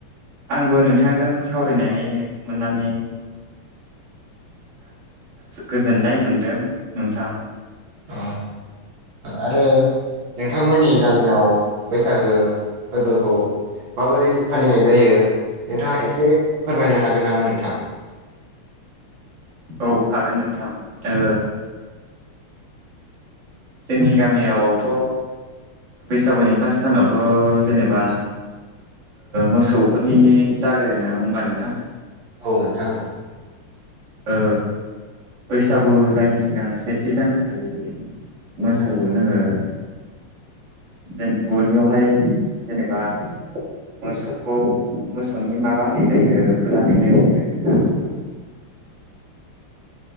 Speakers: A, on the right (about 40°); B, on the right (about 65°).
A: आंबो नोंथांजों सावरायनानै मोननानै गोजोननाय मोनदों नोंथां।
B: अ आरो नोंथांमोननि गामियाव बैसागो फोरबोखौ माबोरै फालिनाय जायो नोंथाङा एसे फोरमायनो हागोन नामा नोंथां?
A: औ हागोन नोंथां ओ जोंनि गामियावथ' बैसागुनि फार्स सानावथ' जेनेबा मोसौफोरनि जागोर ना होमबा नोंथां
B: औ नोंथां औ
A: ओ बैसागु जायनि सिगां सेथि जानखालि मोसौ
B: औ
A: जोङो गिबिवहाय जेनेबा मोसौखौ मोसौनि माबा होनाय जायो फुजा होनाय जायो दा
B: औ
A: <inaudible>